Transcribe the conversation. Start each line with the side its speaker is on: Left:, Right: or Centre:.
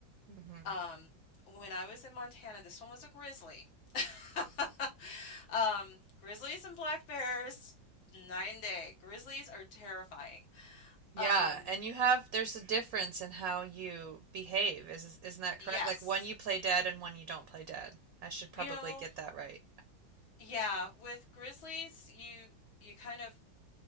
Right: hmm
Left: Um, when I was in Montana, this one was a grizzly. <laughs> Um, grizzlies and black bears, night and day. Grizzlies are terrifying.
Right: Yeah,
Left: Um,
Right: and you have there's a difference in how you behave. Is isn't that correct?
Left: yes.
Right: Like one you play dead and one you don't play dead. I should probably
Left: You know,
Right: get that right.
Left: yeah, with grizzlies, you you kind of